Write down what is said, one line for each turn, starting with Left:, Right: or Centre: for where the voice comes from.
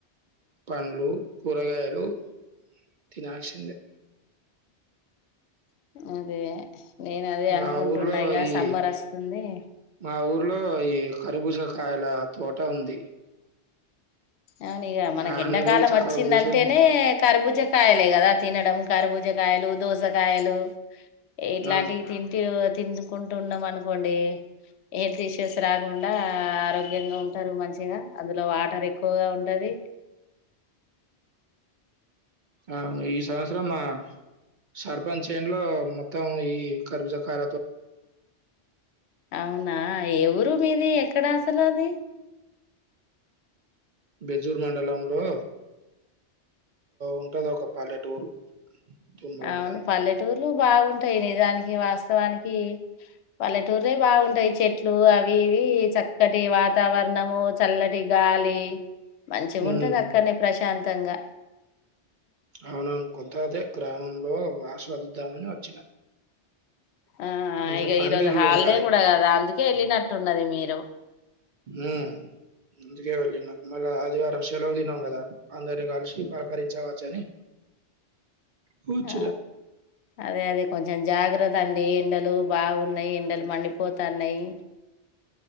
Right: పండ్లు కూరగాయలు తినాల్సిందే
Left: అదే నేన్ అదే అనుకుంటున్నా
Right: మా ఊర్లో
Left: ఇగ
Right: ఈ
Left: సమ్మర్ వస్తుంది
Right: మా ఊర్లో ఈ కరుబూజ కాయల తోట ఉంది
Left: అవును ఇగ మనకి
Right: ఆనే
Left: ఎండాకాలం
Right: పోయి చక్కగా
Left: వచ్చిందంటేనే
Right: కూర్చొని
Left: కరుబూజ కాయాలే గదా తినడం కరుబూజ కాయలు దోసకాయలు ఇట్లాంటివి
Right: అవును
Left: తి తినుకుంటా ఉన్నాం అనుకోండి హెల్త్ ఇష్యూస్ రాకుండా ఆరోగ్యంగా ఉంటారు మంచిగా అందులో వాటర్ ఎక్ ఎక్కువ ఉంటది
Right: అవును ఈ సంవత్సరం మా సర్పంచ్ చేన్ లో మొత్తం ఈ కరుబూజ కాయ
Left: అవునా ఏ వూరు మీది ఎక్కడ అసలు అది
Right: బెజ్జూర్ మండలంలో ఉంటది ఒక పల్లెటూరు తుమ్మలగూడ
Left: అవును
Right: అని
Left: పల్లెటూర్లు బాగుంటాయి నిజానికి వాస్తవానికి పల్లెటూర్లే బాగుంటాయి చెట్లు అవి ఇవి చక్కటి వాతావరణము చల్లటి గాలి గాలి మంచిగుంటది
Right: ఉమ్,
Left: అక్కడనే ప్రశాంతంగా
Right: అవునవును కొంత దే గ్రామంలో ఆస్వాదిద్దామని వచ్చిన
Left: ఆ
Right: మంచిగా
Left: ఇగ
Right: పందిర్లు
Left: ఈరోజు హాలిడే
Right: ఉంటాయి
Left: గూడా గదా అందుకే వెళ్ళినట్టున్నది మీరు
Right: ఉమ్ అందుకే వెళ్ళిన మళ్ళా ఆదివారం సెలవు దినం గదా అందరిని గల్సి పలకరించవచ్చని కూచ్చున్న
Left: ఆ అదే అదే కొంచెం జాగ్రత్త అండి ఎండలు బాగున్నాయి ఎండలు మండిపోతున్నాయి